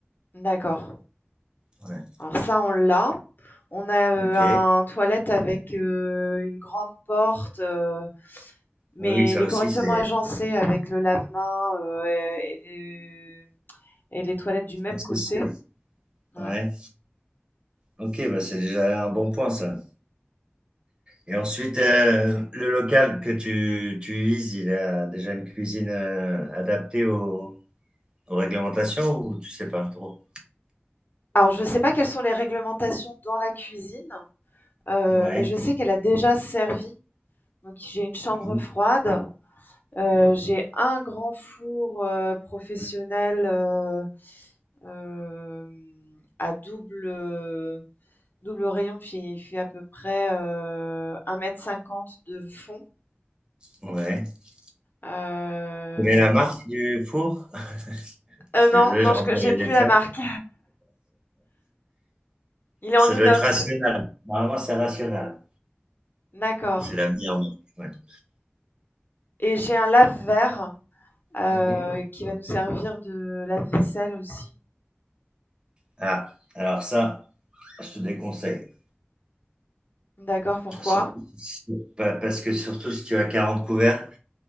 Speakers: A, on the left; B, on the right.
A: D'accord.
B: Ouais.
A: Alors ça, on l'a. On a euh,
B: Ok.
A: un toilette avec euh, une grande porte, euh, mais
B: Oui, ça
A: il est
B: aussi,
A: correctement
B: c'est
A: agencé avec le lave-main euh, et, et les et les toilettes du même
B: accessible.
A: côté. Ouais.
B: Ouais. Ok, bah c'est déjà un bon point, ça. Et ensuite, euh, le local que tu, tu vises, il a déjà une cuisine euh, adaptée aux, aux réglementations ou tu sais pas trop?
A: Alors je ne sais pas quelles sont les réglementations dans la cuisine, euh,
B: Ouais.
A: mais je sais qu'elle a déjà servi. Donc j'ai une chambre
B: Mhm.
A: froide Euh, j'ai un grand four euh, professionnel euh, euh, à double, euh, double rayon. puis Il fait à peu près euh, 1m50 de fond.
B: Ouais. Tu
A: Euh,
B: connais la marque du four?
A: euh,
B: Je suis
A: non,
B: désolé,
A: non,
B: je rentre
A: je co-
B: dans
A: j'ai
B: les
A: plus
B: détails.
A: la marque. Il est
B: Ça
A: en inox.
B: doit être rationnel. Normalement, c'est rationnel.
A: D'accord.
B: C'est la meilleure marque. ouais.
A: Et j'ai un lave-verre euh,
B: Mhm.
A: qui va nous servir de lave-vaisselle aussi.
B: Ah, alors ça, je te déconseille.
A: D'accord, pourquoi?
B: Surtout si- parce que surtout si tu as 40 couverts,